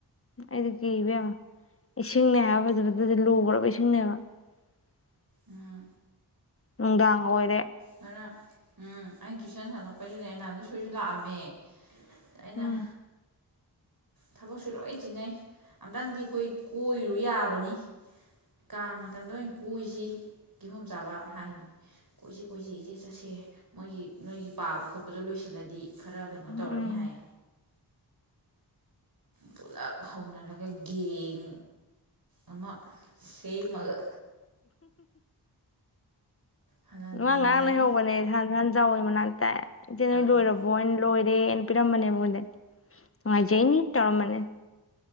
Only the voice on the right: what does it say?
ꯎꯝ
ꯉꯔꯥꯡ ꯎꯝ ꯑꯩꯅ ꯇꯨꯏꯁꯟ ꯍꯜꯂꯛꯄꯩꯁꯤꯗ ꯑꯅꯥꯂꯤ ꯁꯣꯏꯁꯨ ꯂꯥꯛꯑꯝꯃꯦ ꯑꯩꯅ
ꯊꯕꯛꯁꯨ ꯂꯣꯏ ꯆꯤꯟꯅꯩ ꯑꯝꯇꯪꯗꯤ ꯑꯩꯈꯣꯏ ꯀꯣꯏꯔꯨ ꯌꯥꯕꯅꯤ ꯀꯥꯡ ꯃꯇꯝꯗ ꯑꯣꯏꯅ ꯀꯣꯏꯏꯁꯤ ꯀꯤꯍꯣꯝꯆꯥꯥꯕ ꯍꯥꯏꯈꯤꯕꯅꯤ ꯀꯣꯏꯁꯤ ꯀꯣꯏꯁꯤ ꯏꯆꯦ ꯆꯠꯁꯦ ꯃꯣꯏꯒꯤ ꯅꯣꯏꯒꯤ ꯄꯥꯕ ꯈꯣꯠꯄꯗꯣ ꯂꯣꯏꯁꯤꯜꯂꯗꯤ ꯈꯔ ꯀꯩꯅꯣ
ꯇꯧꯔꯅꯤ ꯍꯥꯏ ꯄꯨꯂꯞ ꯍꯧꯅꯔꯒ ꯒꯦꯡ ꯑꯃ ꯁꯦꯝꯃꯒ ꯍꯥꯟꯅ ꯑꯗꯨꯝ
ꯅꯨꯡꯉꯥꯏꯅꯤ
ꯑꯥ